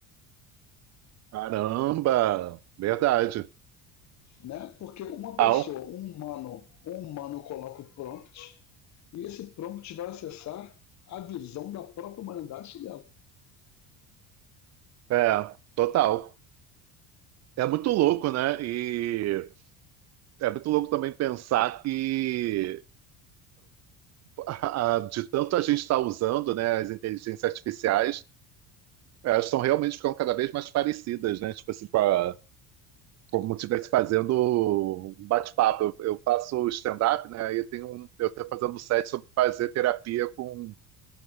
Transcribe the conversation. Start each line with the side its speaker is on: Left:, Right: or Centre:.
Right: Caramba, verdade.
Left: né? Porque uma pessoa,
Right: Au.
Left: um humano, um humano coloca o prompt e esse prompt vai acessar a visão da própria humanidade sobre ela.
Right: É, total. É muito louco, né? E é muito louco também pensar que ah, de tanto a gente está usando, né, as inteligências artificiais, elas estão realmente ficando cada vez mais parecidas, né? Tipo assim, com a- como se estivesse fazendo um bate-papo. Eu, eu faço stand-up, né? Aí tem um, eu estou fazendo um set sobre fazer terapia com,